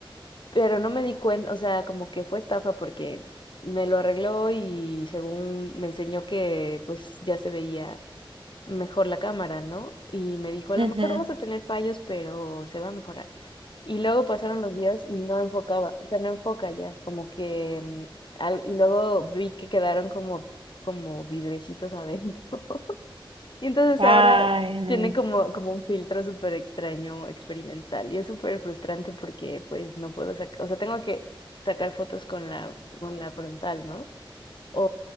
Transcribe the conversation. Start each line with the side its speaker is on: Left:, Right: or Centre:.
Left: Pero no me di cuenta, o sea, como que fue estafa porque me lo arregló y según me enseñó que pues ya se veía mejor la cámara, ¿no? Y me dijo, a
Right: Ujú.
Left: lo mejor vas a tener fallos, pero se va a mejorar. Y luego pasaron los días y no enfocaba, o sea, no enfoca ya, como que... mm, al- y luego vi que quedaron como, como vidrecitos <laughs> adentro. Y entonces
Right: Ay,
Left: ahora
Right: no.
Left: tienen como, como un filtro súper extraño, experimental, y es súper frustrante porque pues no puedo sacar, o sea, tengo que sacar fotos con la, con la frontal, ¿no? O,